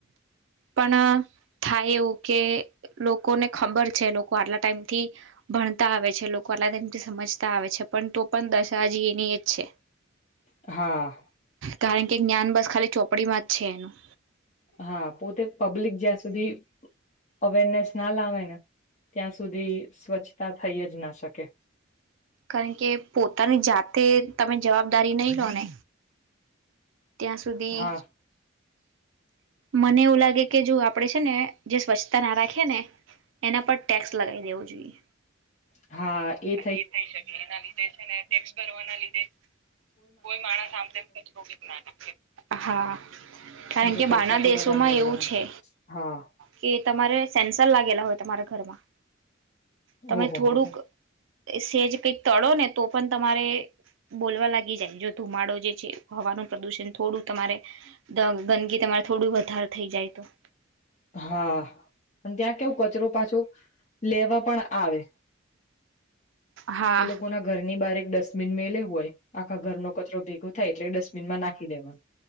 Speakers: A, on the right; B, on the left.
A: પણ થાય એવું કે લોકોને ખબર છે લોકો આટલા ટાઈમથી ભણતા આવે છે લોકો આટલા ટાઈમ થી સમજતા આવે છે પણ તો પણ દશાજી એની એજ છે.
B: હા.
A: કારણ કે જ્ઞાન બસ ખાલી ચોપડીમાં જ છે એનું.
B: હા પોતે પબ્લિક જ્યાં સુધી અવેરનેસ ના લાવે ને ત્યાં સુધી સ્વચ્છતા થઈ જ ના શકે.
A: કારણ કે પોતાની જાતે તમે જવાબદારી નહી લો ને ત્યાં સુધી
B: હા
A: મને એવું લાગે કે જો આપડે છે ને જે સ્વચ્છતા ના રાખીએ ને એના પર ટેક્સ લગાવી દેવો જોઈએ.
B: હા એ
A: એ થઈ શકે એના લીધે છે ને ટેક્સ્ કરવાના લીધે કોઈ માણસ આમ તેમ કચરો <unintelligible> હા. કારણ
B: કેમ
A: કે
B: પૈસા
A: બહારના
B: તો
A: દેશોમાં
B: બધાને વાલા
A: એવું
B: હોય
A: છે.
B: હા
A: કે તમારે સેન્સર લાગેલા હોય તમારા ઘરમાં તમે
B: ઓહો
A: થોડુંક
B: હો હો.
A: સેજ કંઈક તળો ને તો પણ તમારે બોલવા લાગી જાય જો ધુમાડો જે છે હવાનું પ્રદુષણ થોડું તમારે દા ગંદકી તમારે થોડું વધારે થઈ જાય તો.
B: હા અન ત્યાં કેવું કચરો પાછો લેવા પણ આવે.
A: હા
B: એ લોકોના ઘરની બાર એક ડસ્ટબિન મે <unintelligible> હોય આખા ઘરનો કચરો ભેગો થાય એટલે ડસ એમાં નાખી દેવા.